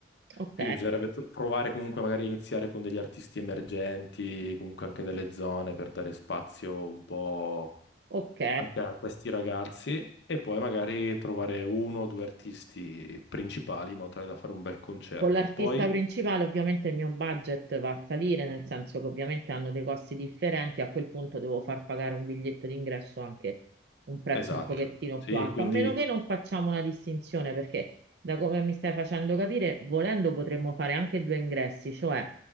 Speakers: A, on the right; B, on the left.
A: Ok,
B: Quindi bisognerebbe to- provare comunque magari a iniziare con degli artisti emergenti, comunque anche delle zone per dare spazio un po'
A: ok.
B: anche a questi ragazzi e poi magari trovare uno o due artisti principali in modo tale da fare un bel concerto.
A: Con l'artista
B: Poi,
A: principale ovviamente il mio budget va a salire, nel senso che ovviamente hanno dei costi differenti, a quel punto devo far pagare un biglietto d'ingresso anche un prezzo
B: esatto,
A: un pochettino
B: sì,
A: più alto,
B: quindi
A: a meno che non facciamo una distinzione, perché da come mi stai facendo capire, volendo potremmo fare anche due ingressi, cioè